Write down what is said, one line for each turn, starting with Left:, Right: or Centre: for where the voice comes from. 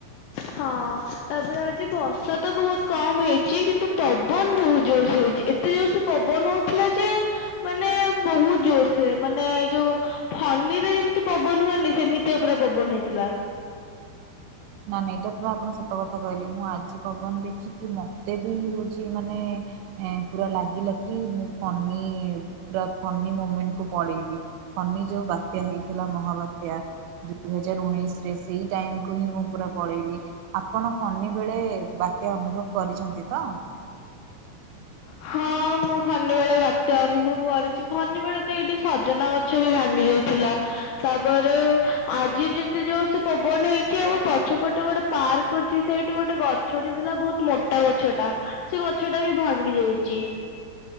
Left: ହଁ ତାପରେ ଆଜି ବର୍ଷା ତ ବହୁତ କମ ହେଇଛି କିନ୍ତୁ ପବନ ବହୁତ ଜୋର ସେ ହେଇଛି ଏ ତେ ଜୋର ସେ ପବନଉଥିଲା ଯେ ମାନେ ବହୁତ ଜୋର ସେ ମାନେ ଯୋଉ ଫନିରେ ଯେମିତି ପବନ ହୁଏନି ସେମିତିୟା ପୁରା ପବନ ହେଇଥିଲା।
Right: ନା ନାଇ ଏଇଟା ପୁରା ଆପଣ ସତ କଥା କହିଲେ ମୁଁ ଆଜି ପବନ ଦେଖିଚି ମତେ ବି ହଉଛି ମାନେ ଏ ପୁରା ଲାଗିଲା କି ମୁଁ ଫନି ପୁରା ଫନି ମୁମେଣ୍ଟକୁ ପଳେଇଲି। ଫନି ଯୋଉ ବାତ୍ୟା ହେଇଥିଲା ମହାବାତ୍ୟା ଦୁଇ ହଜାର ଉଣେଇଶରେ ସେଇ ଟାଇମକୁ ହିଁ ମୁଁ ପୁରା ପଳେଇଲି ଆପଣ ଫନି ବେଳେ ବାତ୍ୟା ଅନୁଭବ କରିଛନ୍ତି ତ?
Left: ହଁ ମୁଁ ଫନିିବେଳେ ବାତ୍ୟା ଅନୁଭବ କରିଛି ଫନି ବେଳେ ତ ଏଇଠି ସଜନାଗ ଛ ବି ଭାଙ୍ଗି ଯାଇଥିଲା ତାପରେ ଆଜି ଯେତେ ଜୋର ସେ ପବନ ହେଇଛି ଆଉ ପ ଛ ପଟେ ଗୋଟେ ପାର୍କ ଅଛି ସେଇଠି ଗୋଟେ ଗଛଟି ଥିଲା ବହୁତ ମୋଟା ଗଛ ଟା ସେ ଗଛ ଟା ବି ଭା ଙ୍ଗି ଯାଇଛି।